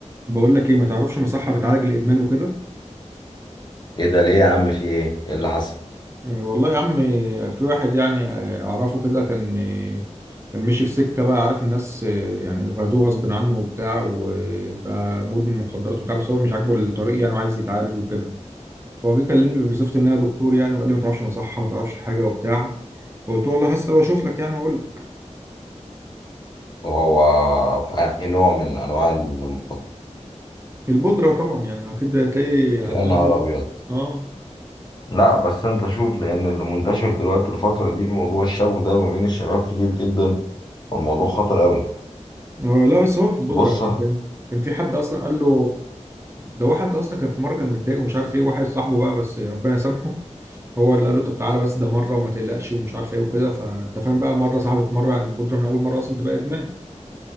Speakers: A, on the right; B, on the left.
A: بقول لك ايه ما تعرفش مصحة بتعالج الادمان وكده
B: ايه ده ليه يا عم في ايه ايه اللي حصل
A: إيه والله يا عم إيه، في واحد يعني إيه، اعرفه كده كان إيه، كان ماشي في سكه بقى عارف الناس إيه، يعني غزوه غصب عنه وبتاع وبقى مدمن مخدرات وبتاع بس هو مش عاجبه الطريق يعني وعايز يتعالج وكده فهو جه كلمني بصفتي ان انا دكتور يعني وقال لي ما تعرفش مصحه ما تعرفش حاجه وبتاع فقلت له والله هسال واشوف لك يعني واقول لك.
B: وهو في انهي نوع من انواع المخدرات
A: البودره طبعا يعني اكيد هتلاقي هتلاقي
B: يا نهار
A: بودره
B: ابيض
A: اه
B: لا بس انت شوف لان اللي منتشر دلوقتي الفتره دي موضوع الشابو ده ما بين الشباب كتير جدا والموضوع خطر قوي
A: هو- لا بس هو في البودرة
B: بص
A: يعني كان كان في حد اصلا قال له ده هو حد اصلا كان في مره كان متضايق ومش عارف ايه واحد صاحبه بقى بس ربنا يسامحه هو اللي قال له طب تعالى بس ده مره وما تقلقش ومش عارف ايه وكده فانت فاهم بقى مره صاحبت مره يعني البودرة من اول مره اصلا تبقى ادمان